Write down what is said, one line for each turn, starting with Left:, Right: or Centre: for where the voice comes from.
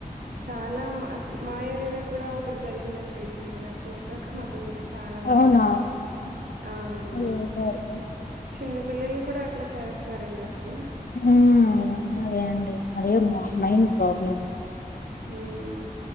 Right: చాలా అసలు మా ఏరియాలో కూడాఒకటి జరిగిందండి రీసెంట్ గా చూసాక మాకు ఇంక చాలా భయమేసింది
Left: అవునా
Right: ఆ అవును
Left: ఏదో అసలు
Right: చిన్న పిల్లల కూడ అట్ల చేస్తున్నారండి అసలు
Left: ఉమ్ అదే అండి అదే మైన్ ప్రాబ్లం
Right: ఉమ్